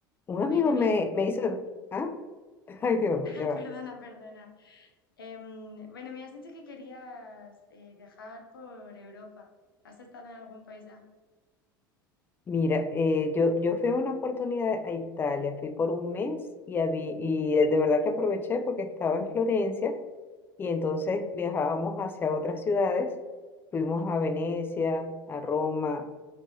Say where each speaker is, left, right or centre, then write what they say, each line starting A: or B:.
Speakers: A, on the left (about 20°); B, on the left (about 80°).
A: Un amigo
B: Bueno, me
A: me,
B: has...
A: me hizo, ah, <laughs> ay Dios,
B: <laughs>
A: ya va.
B: perdona, perdona. Em, bueno, me has dicho que querías eh, viajar por Europa. ¿Has estado en algún país ya?
A: Mira, eh, yo, yo fui en una oportunidad a Italia, fui por un mes y, habí- y de verdad que aproveché porque estaba en Florencia y entonces viajábamos hacia otras ciudades, fuimos a Venecia, a Roma,